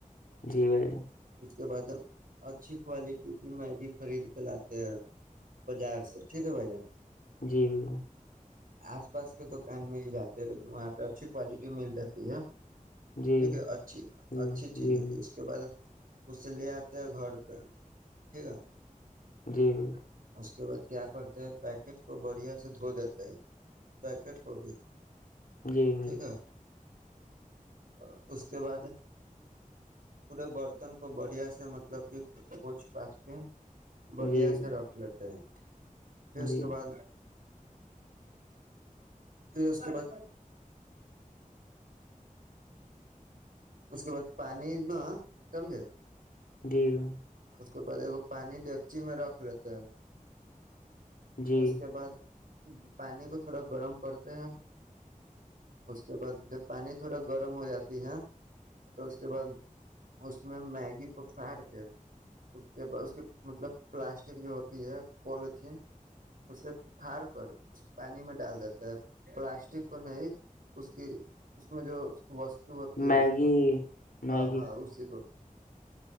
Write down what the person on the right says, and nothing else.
اس کے بع اچھی کوالٹی کی میگی خرید کے لاتے ہیں بازار سے ٹھیک ہے بھائی جان
آس پاس کے دکان میں ہی جاتے لیکن وہاں پہ اچھی کوالٹی مل جاتی ہے
ٹھیک ہے اچھی
اچھی
چیز ہے کہ اس کے بعد اس سے لے آتے ہیں گھر پہ ٹھیک ہے
اس کے بعد کیا کرتے ہیں پیکٹ کو بڑھیا سے دھو دیتے ہیں پیکٹ کوبی
ٹھیک ہے اور اس کے بعد پورے برتن کو بڑھیا سے مطلب کہ پوچھ پاچ کے
بھیا سر ر ہیں <unintelligible> پھر
اس
کے بعد پھر اس کے بعد اس کے بعد پانی نہ سمھے
اس کے بعد ایکگ پانی ڈیکچی میں رکھ لیتا ہاں
<unintelligible> اس کے بعد پانی کو تھوڑا گرم کرتے ہیں اس کے بعد جب پانی تھوڑا گرم ہو جاتی ہے تو اس کے بعد اس میں میگی کو پھاڑ کے اس کے بعد اس کے مطلب پلاسٹ جو ہوتی ہے پلیتن اسے پھڑ کر اس پانی میں ڈال دیتا ہے پلاسٹک کو نہیں اس کی اس میں جو ہوتی ہے اس
کو ہاں
ہاں اسی کو